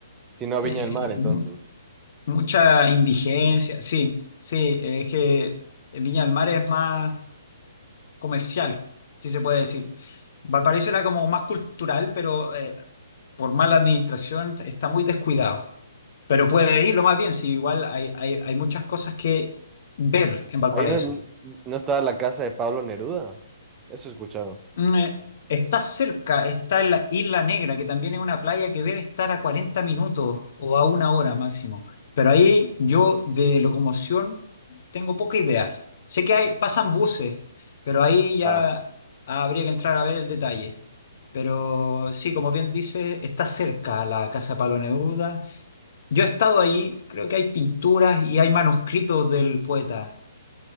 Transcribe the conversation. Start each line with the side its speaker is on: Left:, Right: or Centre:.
Right: Si no, Viña
Left: Eh,
Right: del Mar, entonces.
Left: mu- mucha indigencia, sí, sí, es que Viña del Mar es más comercial, si se puede decir. Valparaíso era como más cultural, pero eh, por mala administración está muy descuidado. Pero puede irlo más bien, si igual hay, hay, hay muchas cosas que ver en Valparaíso.
Right: Ahí no, no estaba la casa de Pablo Neruda. Eso he escuchado.
Left: Mm, eh, está cerca, está en la Isla Negra, que también es una playa que debe estar a 40 minutos o a una hora máximo. Pero ahí yo de locomoción tengo pocas ideas. Sé que hay, pasan buses, pero ahí ya
Right: Ah,
Left: habría que entrar a ver el detalle. Pero sí, como bien dice, está cerca la casa de Pablo Neruda. Yo he estado ahí, creo que hay pinturas y hay manuscritos del poeta.